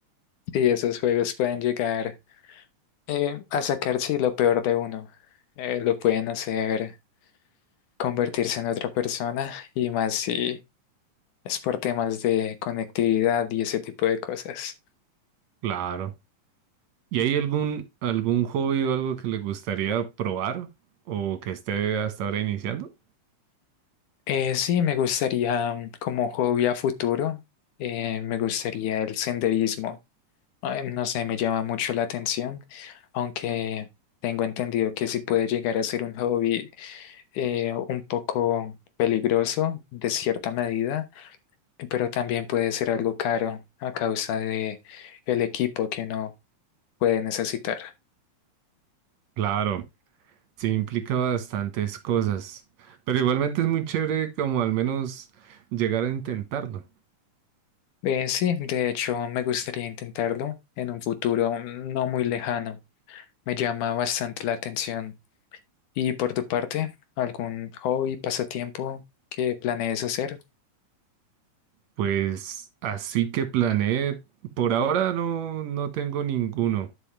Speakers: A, on the left; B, on the right.
A: Sí, esos juegos pueden llegar eh, a sacar, sí, lo peor de uno. Eh, lo pueden hacer convertirse en otra persona y más si es por temas de conectividad y ese tipo de cosas.
B: Claro. ¿Y hay algún algún hobby o algo que le gustaría probar o que esté hasta ahora iniciando?
A: Eh, sí, me gustaría mm, como hobby a futuro, eh, me gustaría el senderismo. Ay, no sé, me llama mucho la atención, aunque tengo entendido que sí puede llegar a ser un hobby eh, un poco peligroso de cierta medida, pero también puede ser algo caro a causa de el equipo que uno puede necesitar.
B: Claro, sí implica bastantes cosas, pero igualmente es muy chévere como al menos llegar a intentarlo.
A: Eh, sí, de hecho, me gustaría intentarlo en un futuro no muy lejano. Me llama bastante la atención. ¿Y por tu parte, algún hobby, pasatiempo que planees hacer?
B: Pues así que planeé, por ahora no no tengo ninguno.